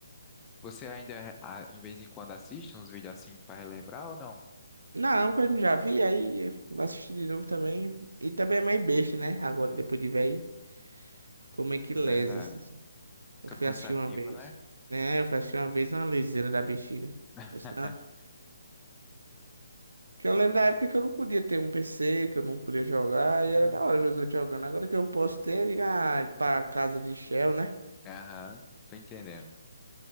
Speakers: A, on the left; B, on the right.
A: Você ainda, ah, em vez em quando, assiste uns vídeos assim pra relembrar ou não?
B: Não, que eu já vi, aí vou assistir de novo também. E também é meio besta, né? Agora,
A: Uhum,
B: depois de velho, ficou meio que
A: é
B: lesa.
A: verdade.
B: esses-
A: Fica
B: Eu fui
A: cansativo,
B: assistir uma vez,
A: né?
B: né? Eu fui assistir uma vez na liseira da bexiga.
A: <laughs>
B: Mas, Que eu lembro da época que eu não podia ter um PC, que eu não podia jogar,
A: Hum,
B: e era da hora ver os outros jogando. Agora que eu posso ter, eu digo, ah, ir pra casa de Shell, né?
A: aham, tô entendendo.